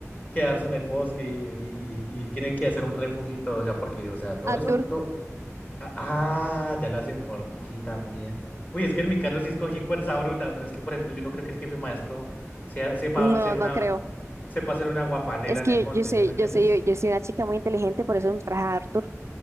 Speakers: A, on the left (about 30°); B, on the right (about 60°).
A: quedarse en el bosque y, y- y- y tienen que hacer un refugio y todo, o sea, porque, o sea, todo
B: Arthur?
A: eso, todo... Ah, ah, ya lo hacen por ti también. Uy, es que en mi caso sí escogí fuerza bruta, pero es que, por ejemplo, yo no creo que el jefe maestro sea, sepa
B: No,
A: hacer
B: no
A: una,
B: creo.
A: sepa hacer una guapanela
B: Es que
A: en el monte,
B: yo, yo soy,
A: ¿sí me entiendes?
B: yo soy, yo soy una chica muy inteligente, por eso me traje a Arthur.